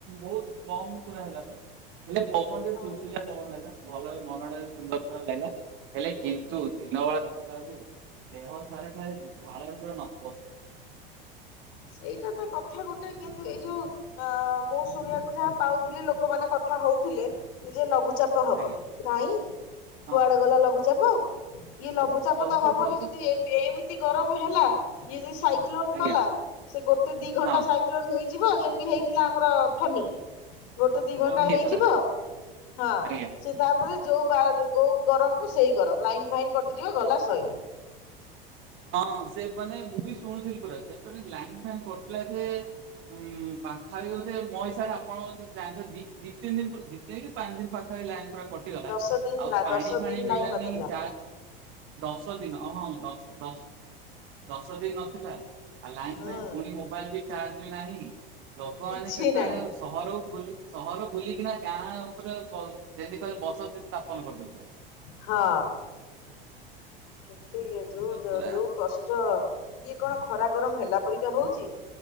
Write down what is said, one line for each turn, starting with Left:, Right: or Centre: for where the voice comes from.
Right: ବହୁତ କମ ପୁରା ହେଲା ପ ହେଲେ ପବନ ଟିକେ
Left: ହୁଁ।
Right: ସୁଲୁ ଶୁଲିଆ ପବନ ହେଲା ଭଲରେ ମନ ଟା ସୁନ୍ଦର ଲାଗିଲା। ହେଲେ କିନ୍ତୁ ଦିନବେଳା ଦେଖିଲାବେଳକୁ ଦେହ ସାରା ଖାଲି ଝାଳ ରେ ନଥପତ୍।
Left: ସେଇଟା ତ କଥା ଗୋଟେ କିନ୍ତୁ ଏଇ ଯୋଉ ଅ ମୁଁ ଶୁଣିବାକୁ ଯାହା ପାଉଥିଲି ଲୋକମାନୋ କଥା ହଉଥିଲେ ଯେ ଲଘୁଚାପ ହବ
Right: ଆଜ୍ଞା
Left: କାହିଁ
Right: ହଁ
Left: କୁଆଡେ ଗଲା ଲଘୁଚାପ ଇଏ ଲଘୁଚା
Right: ଲଘୁଚାପ
Left: ପଚାପତା ହବନି ଯଦି ଏମିତି ଗରମ ହେଲା ଇଏ ଯଦି ସାଇକ୍ଲୋନ
Right: ଆଜ୍ଞା
Left: କଲା। ସେ ଗୋଟେ ଦି ଘଣ୍ଟା
Right: ହଁ
Left: ସାଇକ୍ଲୋନ ହେଇଯିବ ଯେମିତି ହେଇଥିଲା ଆମର ଫନି। ଗୋଟେ ଦି
Right: କମି
Left: ଘଣ୍ଟା
Right: ଯାଇଥିଲା
Left: ହେଇଯିବ ହଁ।
Right: ଆଜ୍ଞା।
Left: ସି ତାପରେ ଯୋଉ ଯୋଉ ଗରମ କୁ ସେଇ ଗରମ ଲାଇନ ଫାଇନ୍ କଟିଯିବ ଗଲା ସଇଲା।
Right: ହଁ ସେ ମାନେ ମୁଁ ବି ଶୁଣୁଥିଲି ପୁରା ସେ ଲାଇନ ଫାଇନ କଟିଲା ଯେ ଉଁ ପାଖା ପାଖି ବୋଧେ ମୋ ହିସାବରେ ଆପଣ ଦି ଦି ତିନି ଦିନ ଦି ପାନ ଦିନି ପାଖା ପାଖି ଲାଇନ୍ ପୁରା କଟିଗଲା
Left: ଦଶ ଦିନ
Right: ଆଉ ପାଣି
Left: ଦଶ
Right: ଫାଣି
Left: ଦିନ
Right: ମିଳିଲାନି
Left: ଲାଇନ ନଥିଲା
Right: ଚା ଦଶ ଦିନ ହଁ ଦଶ ଦଶ ଦିନ ନଥିଲା ଆଉ ଲାଇନ୍
Left: ହୁଁ
Right: ଫାଇନ ପୁଣି ମୋବାଇଲ ବି ଚାର୍ଜ ନାହିଁ। ଲୋକମାନେ
Left: କିଛି
Right: ସେତେବେଳେ
Left: ନାହିଁ।
Right: ସହରକୁ ଭୁଲି ସହର ଭୁଲିକିନା ଗାଁ ଉପରେ ବ ଡେଲି ଖାଲି ବସତୀ ସ୍ଥାପନ କରିଦଲେ। ହ
Left: ହଁ। କେତ କିଏ ଯୋଉ
Right: ପୁରା
Left: ଯୋଉ କଷ୍ଟ ଚ ଇଏ କଣ ଖରା ଗରମ ହେଲା ପରିକା ହଉଛି